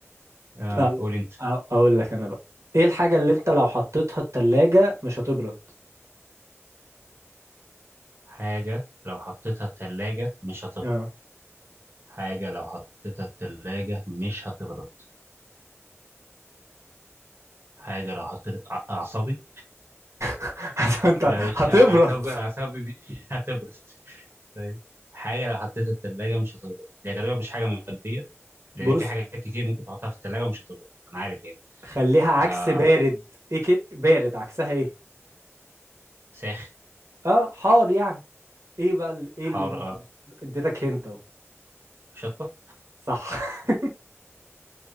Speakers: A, on the right; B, on the right.
A: آه
B: أو...
A: قول انت
B: أو... اقول لك انا بقى ايه الحاجة اللي انت لو حطيتها التلاجة مش هتبرد؟
A: حاجه لو حطيتها الثلاجه مش هتبرد
B: اه
A: حاجه لو حطيتها الثلاجه مش هتبرد حاجة لو حطيت ع- أعصابي
B: <laughs> انت
A: لا مش
B: هتبرد
A: أعصابي أعصابي بي- <laughs> هتبرد طيب حاجة لو حطيتها في التلاجة مش هتبرد هي غالبا مش حاجة مادية لأن
B: بص
A: في حاجات كتير ممكن تحطها في التلاجة ومش هتبرد أنا عارف يعني
B: خليها عكس
A: آه
B: بارد ايه كي... بارد عكسها ايه؟
A: ساخن
B: اه حار يعني ايه بقى ال... ايه
A: حار
B: اللي ممكن
A: آه
B: اديتك هنت اهو
A: شطة
B: صح <laughs>